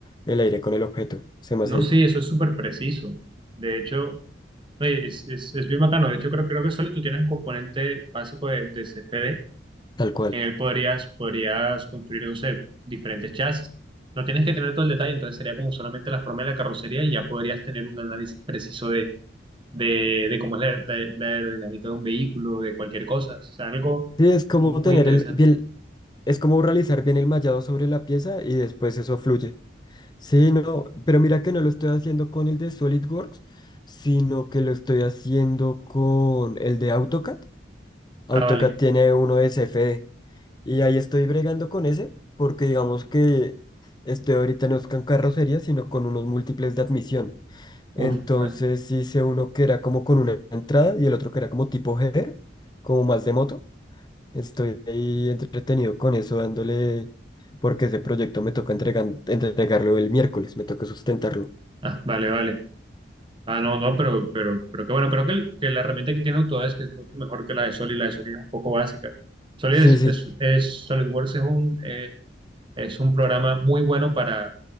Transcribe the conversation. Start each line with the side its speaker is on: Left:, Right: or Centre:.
Left: el aire con el objeto. Se me
Right: No,
Left: hace
Right: sí, eso es súper preciso. De hecho, oye, es, es, es bien bacano. De hecho, creo, creo que solo tú tienes un componente básico de, de CFD.
Left: tal cual.
Right: En él podrías, podrías construir, no sé, diferentes chasis. No tienes que tener todo el detalle, entonces sería como solamente las formas de la carrocería y ya podrías tener un análisis preciso de de, de cómo es la, la- la aerodinámica de un vehículo, de cualquier cosa. O sea, algo
Left: Sí, es como
Right: mu- muy,
Left: tener
Right: interesante.
Left: el bien, es como realizar bien el mallado sobre la pieza y después eso fluye. Sí, no, pero mira que no lo estoy haciendo con el de SolidWorks, sino que lo estoy haciendo con el de AutoCAD. AutoCAD
Right: Ah, vale.
Left: tiene uno de CFD y ahí estoy bregando con ese porque digamos que estoy ahorita no es con carrocería, sino con unos múltiples de admisión.
Right: Uf,
Left: Entonces
Right: vale.
Left: hice uno que era como con una entrada y el otro que era como tipo header, como más de moto. Estoy ahí entretenido con eso, dándole, porque ese proyecto me toca entregan- entregarlo el miércoles, me toca sustentarlo.
Right: Ah, vale, vale. Ah, no, no, pero, pero, pero que bueno, creo que, el- que la herramienta que tiene Autodesk es mucho mejor que la de Solid. La de Solid es un poco básica. Solid
Left: Sí,
Right: es,
Left: sí,
Right: es- es- SolidWorks es un, eh, es un programa muy bueno para,